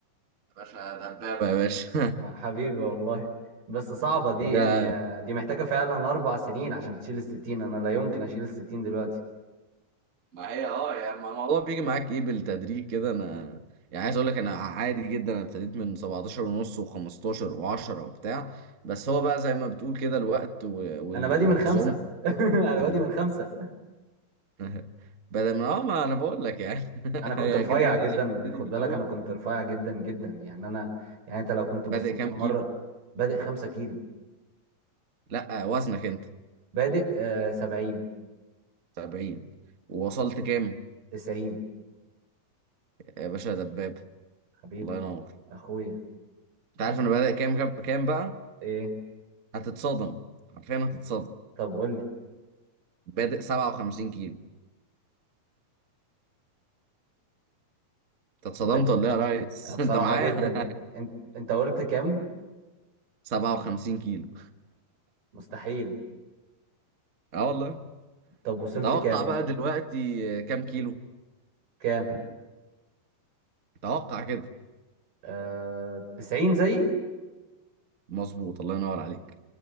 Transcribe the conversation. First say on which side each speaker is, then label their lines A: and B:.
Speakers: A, on the right; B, on the right.
A: باشا دبابة يا باشا
B: حبيبي والله بس صعبة دي
A: <laughs> ده
B: يعني آه، دي محتاجة فعلا أربع سنين عشان تشيل الستين أنا لا يمكن أشيل الستين دلوقتي
A: ما هي اه يعني الموضوع بيجي معاك ايه بالتدريج كده انا يعني عايز اقول لك انا عادي جدا انا ابتديت من 17 ونص و15 و10 وبتاع بس هو بقى زي ما بتقول كده الوقت و- والانتظام
B: أنا بادي من خمسة
A: في
B: <laughs> أنا بادي
A: التمرين
B: من خمسة
A: <laughs> بدل ما اه ما انا بقول لك يعني <laughs>
B: أنا كنت
A: هي
B: رفيع
A: كده كده
B: جدا
A: لازم تبتدي
B: خد
A: من
B: بالك
A: الاول
B: أنا كنت رفيع جدا جدا يعني أنا يعني أنت لو كنت بصيت
A: بادئ كام
B: في مرة
A: كيلو
B: بادئ خمسة كيلو
A: لا وزنك انت
B: بادئ آه سبعين
A: 70 ووصلت كام
B: تسعين
A: يا باشا يا دباب
B: حبيبي
A: الله ينور
B: أخويا
A: انت عارف انا بادئ كام كام كام بقى
B: إيه
A: هتتصدم حرفيا هتتصدم
B: طب قول لي
A: بادئ 57 كيلو انت اتصدمت
B: ب...
A: ولا ايه يا ريس
B: بصراحة
A: <laughs> انت معايا
B: جدا أنت أنت قلت كام
A: <laughs> 57 كيلو
B: مستحيل
A: اه والله
B: طب وصلت
A: توقع
B: كام
A: بقى دلوقتي آه، كام كيلو
B: كام
A: توقع كده
B: آه... 90 زيي
A: مظبوط الله ينور عليك